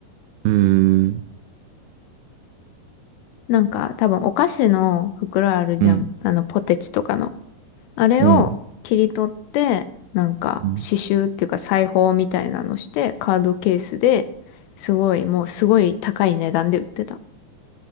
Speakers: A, on the right; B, on the left.
A: えー、
B: なんか多分お菓子の袋あるじゃん。
A: うん、
B: あのポテチとかの。あれを切り取って、
A: うん。
B: なんか刺繍っていうか裁縫みたいなのしてカードケースですごいもうすごい高い値段で売ってた。
A: うん